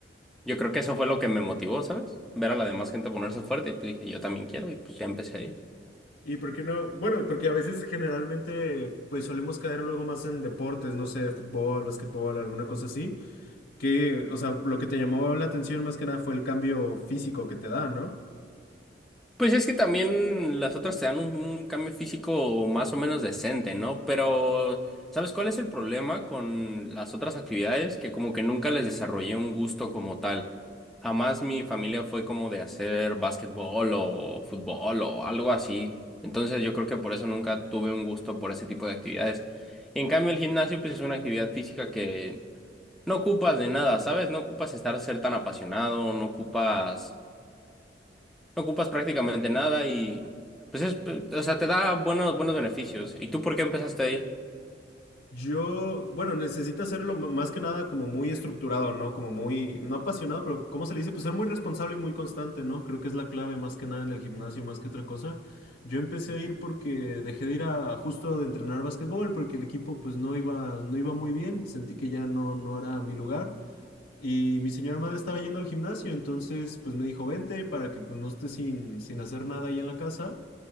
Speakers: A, in the centre; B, on the left.
A: yo creo que eso fue lo que me motivó, ¿sabes? Ver a la demás gente ponerse fuerte y pues dije, yo también quiero y pues ya empecé a ir.
B: ¿Y por qué no? Bueno, porque a veces generalmente pues solemos caer luego más en deportes, no sé, fútbol, básquetbol, alguna cosa así, que, o sea, lo que te llamó la atención más que nada fue el cambio físico que te da, ¿no?
A: Pues es que también las otras te dan un, un cambio físico más o menos decente, ¿no? Pero, ¿sabes cuál es el problema con las otras actividades? Que como que nunca les desarrollé un gusto como tal. Jamás mi familia fue como de hacer básquetbol o fútbol o algo así. Entonces yo creo que por eso nunca tuve un gusto por ese tipo de actividades. Y en cambio el gimnasio pues es una actividad física que no ocupas de nada, ¿sabes? No ocupas estar ser tan apasionado, no ocupas no ocupas prácticamente nada y pues es, eh, o sea, te da buenos, buenos beneficios. ¿Y tú por qué empezaste a ir?
B: Yo, bueno, necesita hacerlo m- más que nada como muy estructurado, ¿no? Como muy, no apasionado, pero ¿cómo se le dice? Pues ser muy responsable y muy constante, ¿no? Creo que es la clave más que nada en el gimnasio, más que otra cosa. Yo empecé a ir porque dejé de ir a justo de entrenar básquetbol porque el equipo pues no iba, no iba muy bien, sentí que ya no, no era mi lugar y mi señora madre estaba yendo al gimnasio, entonces pues me dijo, vente para que pues no estés sin, sin hacer nada ahí en la casa.